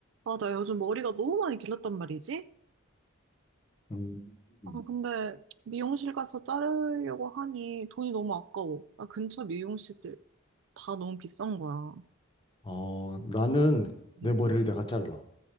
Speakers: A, on the right; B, on the left.
A: 아, 나 요즘 머리가 너무 많이 길렀단 말이지?
B: 음.
A: 아, 근데 미용실 가서 자르려고 하니 돈이 너무 아까워. 아, 근처 미용실들 다 너무 비싼 거야.
B: 어, 나는 내
A: 응.
B: 머리를 내가 잘라.